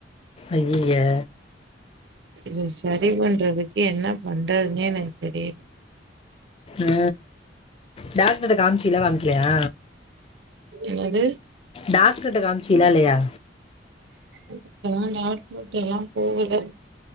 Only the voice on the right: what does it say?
இது சரி பண்றதுக்கு என்ன பண்றதுன்னே எனக்கு தெரியல
என்னது?
இதுக்கல்லா டாக்ட்ருகிட்ட எல்லா போகல